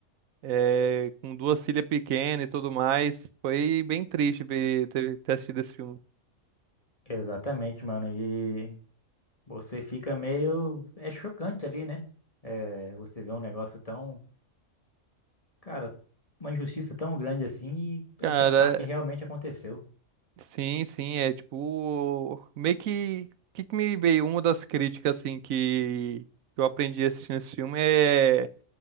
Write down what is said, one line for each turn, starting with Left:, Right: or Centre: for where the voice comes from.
Right: é, com duas filhas pequenas e tudo mais. Foi bem triste ver, ter, ter assistido esse filme.
Left: Exatamente, mano, e você fica meio, é chocante ali, né? Eh, você vê um negócio tão, cara, uma injustiça tão grande assim e
Right: Cara,
Left: aí pensar que realmente aconteceu.
Right: sim, sim, é tipo. Meio que. que, que me veio? Uma das críticas, assim, que que eu aprendi assistindo esse filme é